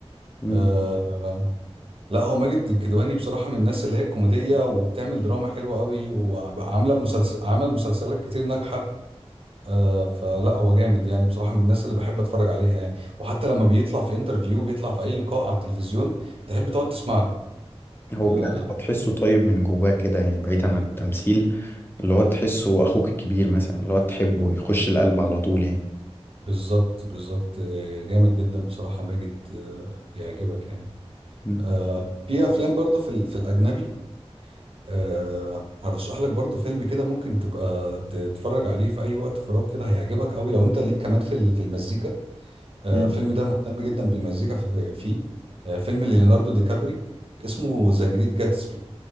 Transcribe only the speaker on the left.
مم.
هو
بجد هو تحسه طيب من جواه كده يعني بعيدا عن التمثيل اللي هو تحسه أخوك الكبير مثلا اللي هو تحبه يخش القلب على طول يعني
مم.
مم.